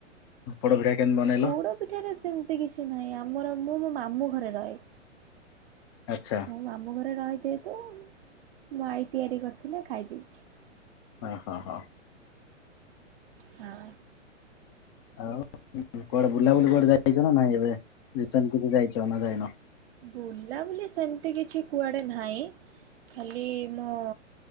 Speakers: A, on the left (about 20°); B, on the right (about 55°).
A: ପୋଡ଼ ପିଠା କେମିତି ବନେଇଲ?
B: ପୋଡ ପିଠାରେ ସେମିତି କିଛି ନାହିଁ, ଆମର ମୁଁ ମୋ ମାମୁଁ ଘରେ ରହେ।
A: ଆଚ୍ଛା
B: ମୁଁ ମାମୁଁ ଘରେ ରହେ ଯେହେତୁ, ମୋ ଆଈ ତିଆରି କରିଥିଲେ ଖାଇ ଦେଇଛି।
A: ହଁ ହଁ ହଁ
B: ହଁ
A: ଆଉ କୁଆଡେ ବୁଲାବୁଲି କୁଆଡେ ଯାଇଛ ନା ନାଇଁ ଏବେ, ରିସେଣ୍ଟ କିଛି ଯାଇଛ ନା ଯାଇନ।
B: ବୁଲା ବୁଲି ସେମିତି କିଛି କୁଆଡେ ନାହିଁ। ଖାଲି ମୁଁ